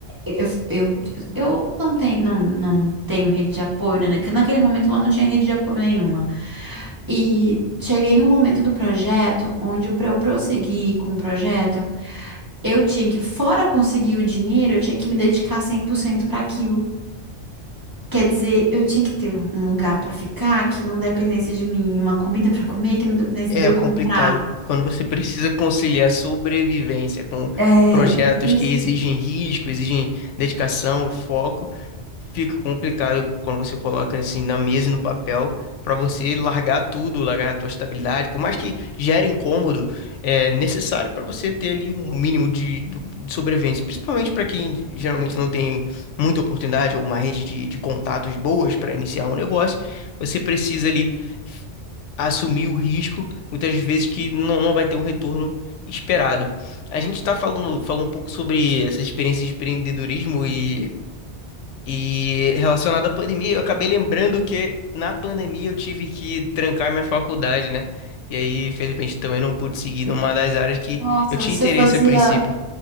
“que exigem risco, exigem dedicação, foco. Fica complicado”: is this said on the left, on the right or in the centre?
Left